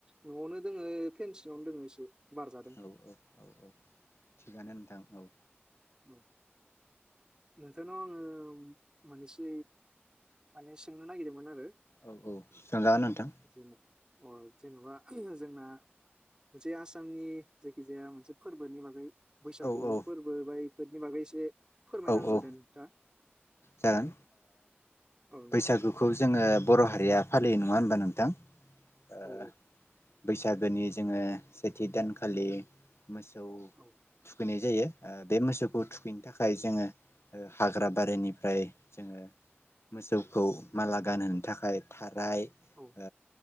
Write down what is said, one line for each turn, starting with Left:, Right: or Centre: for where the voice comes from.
Right: न'आवनो दङो फेन सिङावनो दङो एसे बार जादों
Left: औ औ औ औ थिगानो नोंथां औ।
Right: औ। नोंथांनाव आङो मोननैसो माने सोंनो नागिरदोंमोन आरो
Left: औ औ सोंजागोन नोंथां।
Right: जों अ जेन'बा जोंना मोनसे आसामनि जायखिजाया मोनसे फोरबोनि बागै बैसागु
Left: औ औ
Right: फोरबो बा फोरनि बागै एसे। फोरमायना
Left: औ
Right: होदों
Left: औ
Right: नोंथाङा
Left: जागोन
Right: औ नोंथां
Left: बैसागुखौ जोङो बर' हारिया। फालियो नङा होनबा नोंथां। ओ।
Right: औ
Left: बैसागोनि जोङो सेथि दानखालि। मोसौ
Right: औ
Left: थुखैनाय। जायो ओ। बे मोसौखौ थुखैनो थाखाय। जोंडो़ हाग्रा बारिनिफ्राय जोङो मोसौखौ माला गानहोनो थाखाय। ओमफ्राय ओ।
Right: औ